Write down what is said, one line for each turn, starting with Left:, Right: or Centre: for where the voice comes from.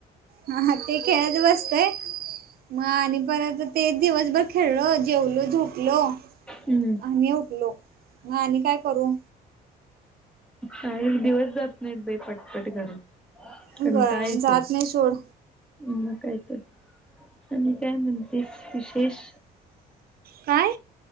Right: हा ह, तेखेळत बसतोय, मग आणि परत ते, दिवसभर खेळल, जेवलो झोपलो,
Centre: हम्म,
Right: आणि उठलो, म आणि काय करू,
Centre: काही दिवस जात नाहीत, बाई पटपट खरं,
Right: जात
Centre: कंटाळा येत,
Right: नाही सोड
Centre: मग काय तर, आणि काय म्हणतेस विशेष,
Right: काय?